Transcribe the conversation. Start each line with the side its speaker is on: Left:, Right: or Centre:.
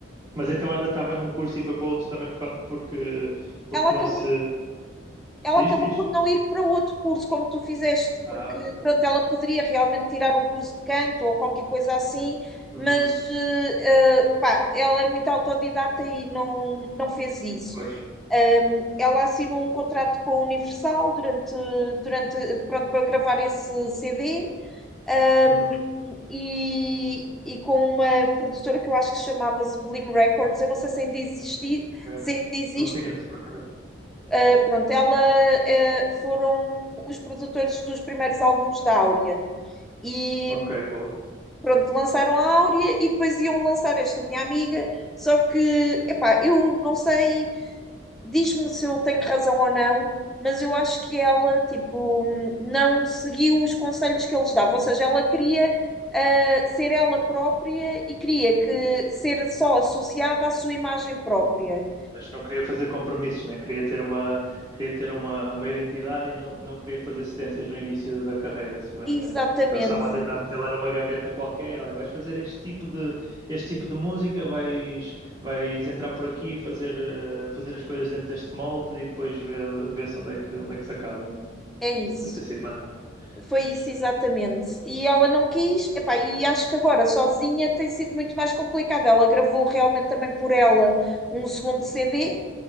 Right: Mas então ela estava num curso e foi para outro também por cau- porque, porque
Centre: Ela acabou
Right: não se.
Centre: ela
Right: Diz,
Centre: acabou
Right: diz?
Centre: por não ir para outro curso, como tu fizeste,
Right: Ah,
Centre: porque
Right: ok.
Centre: pronto, ela poderia realmente tirar um curso de canto ou qualquer coisa assim,
Right: Uhum.
Centre: mas eh, eh, pá, ela é muito autodidata e não, não fez isso.
Right: Pois.
Centre: Ahm, ela assinou um contrato com a Universal durante, durante, pronto, para gravar esse CD, ahm,
Right: Uhum.
Centre: e, e com uma produtora que eu acho que se chamava Sublime Records, eu não sei se ainda existe,
Right: Ok.
Centre: se ainda existe,
Right: Não conheço por acaso.
Centre: Uh, pronto, ela uh, foram os produtores dos primeiros álbuns da Áurea. E
Right: Ok, bom.
Centre: pronto, lançaram a Áurea e depois iam lançar esta minha amiga. Só que, epá, eu não sei, diz-me se eu tenho razão ou não, mas eu acho que ela, tipo, não seguiu os conselhos que eles davam. Ou seja, ela queria uh, ser ela própria e queria que ser só associada à sua imagem própria.
Right: Mas não queria fazer compromissos, né? Queria ter uma, queria ter uma, uma identidade e não, não queria fazer cedências no início da carreira, se bem,
Centre: Exatamente,
Right: né? Eles estavam a tentar meter lá numa gaveta qualquer, olha, vais fazer este tipo de, este tipo de música, vais, vais entrar por aqui, fazer, eh, fazer as coisas dentro deste molde e depois ver, ver-se onde é que, onde é que se acaba, né?
Centre: é isso.
Right: Deve ter sido mais ou menos.
Centre: Foi
Right: Mas,
Centre: isso, exatamente. E ela não quis, epá, e acho que agora sozinha tem sido muito mais complicado. Ela gravou realmente também por ela um segundo CD,